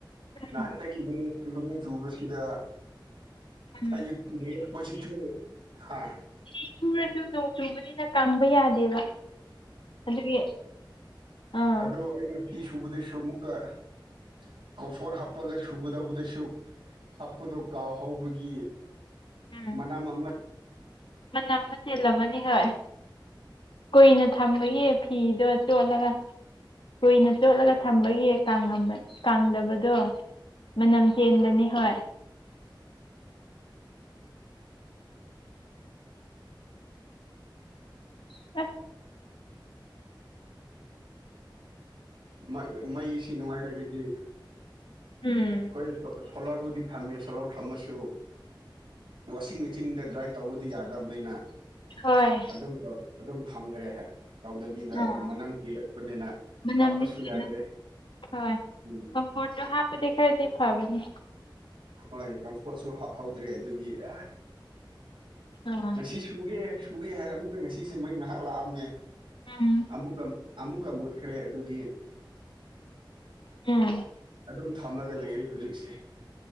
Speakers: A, on the left (about 75°); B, on the right (about 85°).
A: ꯎꯝ
B: ꯅꯍꯥꯟꯗꯒꯤ <unintelligible> ꯅꯣꯡ ꯆꯨꯕꯁꯤꯗ
A: ꯎꯝ
B: ꯑꯩꯒꯤ ꯗ꯭ꯔꯦꯁ ꯈꯣꯏꯁꯤꯁꯨ ꯍꯥ
A: ꯐꯤ ꯁꯨꯔꯖꯨ‌ ꯅꯣꯡ ꯆꯨꯕꯅꯤꯗ ꯀꯪꯕ ꯌꯥꯗꯦꯕ ꯑꯗꯨꯒꯤ ꯑꯥ
B: ꯍꯧꯏ ꯑꯩꯅ ꯐꯤ ꯁꯨꯕꯗꯁꯨ ꯑꯃꯨꯛꯀ ꯀꯝꯐꯣꯔꯠ ꯍꯥꯞꯄꯒ ꯁꯨꯒꯗꯧꯕꯗꯁꯨ ꯍꯥꯞꯄꯗꯣ ꯀꯥꯎꯍꯧꯕꯒꯤ
A: ꯎꯝ
B: ꯃꯅꯝ ꯑꯃ
A: ꯃꯅꯝ ꯈꯔ ꯆꯣꯜꯂꯝꯃꯅꯤ ꯍꯣꯏ ꯀꯨꯏꯅ ꯊꯝꯕꯒꯤ ꯐꯤꯗꯣ ꯆꯣꯠꯂꯒ ꯀꯨꯏꯅ ꯆꯣꯠꯂꯒ ꯊꯝꯕꯒꯤ ꯀꯪꯉꯃ ꯀꯪꯗꯕꯗꯣ ꯃꯅꯝ ꯆꯦꯟꯕꯅꯦ ꯍꯣꯏ <unintelligible>
B: ꯃꯩ ꯃꯩꯁꯤ ꯅꯨꯡꯉꯥꯏꯔꯒꯗꯤ
A: ꯎꯝ
B: ꯈꯣꯏ ꯁꯣꯂꯥꯔꯕꯨꯗꯤ ꯊꯝꯃꯦ ꯁꯣꯂꯔ ꯊꯝꯃꯁꯨ ꯋꯥꯁꯤꯡ ꯃꯦꯆꯤꯟꯗ ꯗ꯭ꯔꯥꯏ ꯇꯧꯕꯗꯤ ꯌꯥꯗꯕꯅꯤꯅ
A: ꯍꯣꯏ
B: ꯑꯗꯨꯝ ꯑꯗꯨꯝ ꯊꯝꯈ꯭ꯔꯦ ꯇꯧꯗꯕꯤꯗ
A: ꯑꯥ
B: ꯑꯗꯨ ꯃꯅꯝ ꯆꯦꯜꯂꯛꯄꯅꯤꯅ
A: ꯃꯅꯝꯗꯤ
B: ꯍꯥꯞꯄꯁꯨ
A: ꯆꯦꯜꯂꯅꯤ
B: ꯌꯥꯗ꯭ꯔꯦ
A: ꯍꯣꯏ
B: ꯎꯝ
A: ꯀꯝꯐꯣꯔꯠꯇꯣ ꯍꯥꯞꯄꯗꯤ ꯈꯔꯗꯤ ꯐꯕꯅꯤ
B: ꯍꯣꯏ ꯀꯝꯐꯣꯠꯁꯨ ꯍꯥꯞꯍꯧꯗ꯭ꯔꯦ ꯑꯗꯨꯒꯤ ꯑꯦ
A: ꯑꯥ
B: ꯉꯁꯤꯁꯨ ꯁꯨꯒꯦ ꯁꯨꯒꯦ ꯍꯥꯏꯔ ꯑꯃꯨꯒ ꯉꯁꯤꯁꯦ ꯃꯩ ꯉꯥꯏꯍꯥꯛ ꯂꯥꯛꯑꯝꯃꯦ
A: ꯎꯝ
B: ꯑꯃꯨꯛꯀ ꯑꯃꯨꯛꯀ ꯃꯨꯠꯈ꯭ꯔꯦ ꯑꯗꯨꯒꯤ
A: ꯎꯝ
B: ꯑꯗꯨꯝ ꯊꯝꯃꯒ ꯂꯩꯔꯦ ꯍꯧꯖꯤꯛꯁꯦ